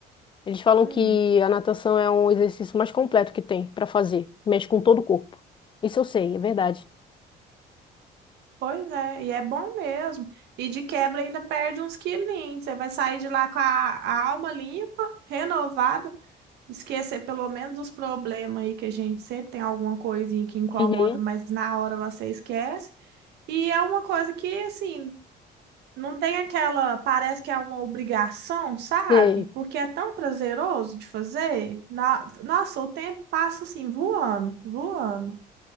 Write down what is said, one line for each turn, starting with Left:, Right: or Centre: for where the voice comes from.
Left: eles falam
Right: Hum,
Left: que a natação é um exercício mais completo que tem para fazer, mexe com todo o corpo. Isso eu sei, é verdade.
Right: pois é, e é bom mesmo. E de quebra ainda perde uns quilinhos. Você vai sair de lá com a, a alma limpa, renovada, esquecer pelo menos dos problemas aí que a gente sempre tem alguma coisinha que incomoda,
Left: Uhum.
Right: mas na hora lá você esquece. E é uma coisa que, assim, não tem aquela. Parece que é uma obrigação, sabe?
Left: Sei,
Right: Porque é tão prazeroso de fazer. Na- Nossa, o tempo passa assim, voando, voando.